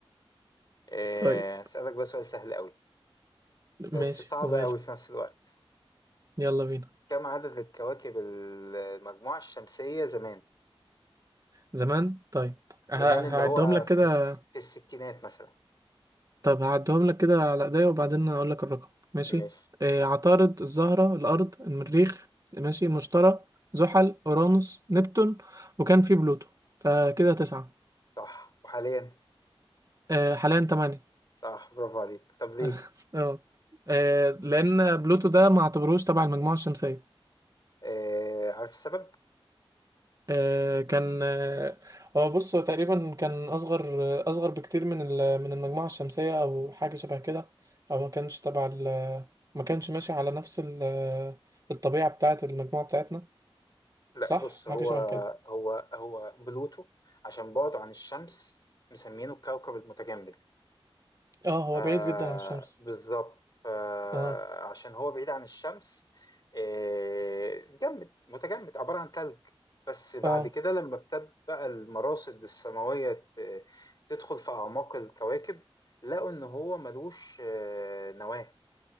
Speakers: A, on the left (about 45°); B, on the right (about 40°).
A: آه،
B: طيب
A: أسألك بقى سؤال سهل قوي بس
B: ماشي
A: صعب
B: وماله
A: قوي في نفس الوقت
B: يلا بينا
A: كم عدد الكواكب المجموعة الشمسية زمان؟
B: زمان طيب
A: زمان
B: ه- هعدهم
A: اللي هو
B: لك
A: في,
B: كده
A: في الستينات مثلا
B: طب هعدهم لك كده على ايديا وبعدين هقول لك الرقم ماشي
A: مش
B: آه عطارد الزهرة الأرض المريخ ماشي المشتري زحل أورانوس نبتون وكان في بلوتو فكده تسعة
A: صح وحاليا
B: آه حاليا تمانية
A: صح برافو عليك طب ليه؟
B: <laughs> اه آه، لأن بلوتو ده ما اعتبروش تبع المجموعة الشمسية
A: آه، عارف السبب؟
B: آه، كان آه، هو بص هو تقريبا كان اصغر آه، اصغر بكتير من ال- من المجموعه الشمسيه او حاجه شبه كده او ما كانش تبع ال- ما كانش ماشي على نفس ال- آه، الطبيعه بتاعه المجموعه بتاعتنا
A: لا
B: صح
A: بص
B: حاجه
A: هو
B: شبه كده
A: هو هو بلوتو عشان بعده عن الشمس مسمينه الكوكب المتجمد
B: اه هو
A: آه
B: بعيد جدا عن الشمس
A: بالظبط آه
B: اه
A: عشان هو بعيد عن الشمس آه جمد متجمد عبارة عن ثلج بس بعد
B: اه
A: كده لما ابتدت بقى المراصد السماوية ت- تدخل في أعماق الكواكب لقوا إن هو ملوش آه، نواة